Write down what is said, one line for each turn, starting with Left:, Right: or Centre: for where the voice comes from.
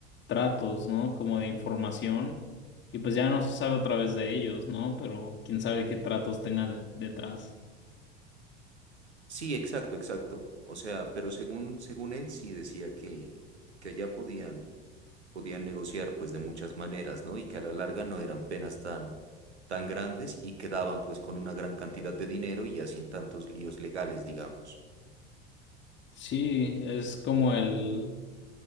Left: tratos, ¿no? Como de información y pues ya no se sabe otra vez de ellos, ¿no? Pero quién sabe qué tratos tengan de- detrás.
Right: Sí, exacto, exacto. O sea, pero según, según él sí decía que, que allá podían, podían negociar pues de muchas maneras, ¿no? Y que a la larga no eran penas tan, tan grandes y quedaban pues con una gran cantidad de dinero y ya sin tantos líos legales, digamos.
Left: Sí, es como el,